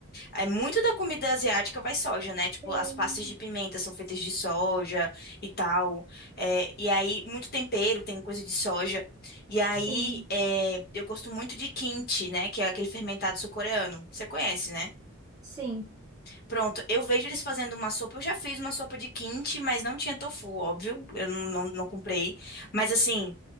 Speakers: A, on the left; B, on the right.
A: é muito da comida asiática vai soja, né? Tipo,
B: Sim,
A: as pastas de pimenta são feitas de soja e tal. É, e aí, muito tempero tem coisa de soja. E aí,
B: sim,
A: é, eu gosto muito de kimchi, né? Que é aquele fermentado sul-coreano. Você conhece, né?
B: sim,
A: Pronto, eu vejo eles fazendo uma sopa. Eu já fiz uma sopa de kimchi, mas não tinha tofu, óbvio. Eu não, não, não comprei. Mas assim.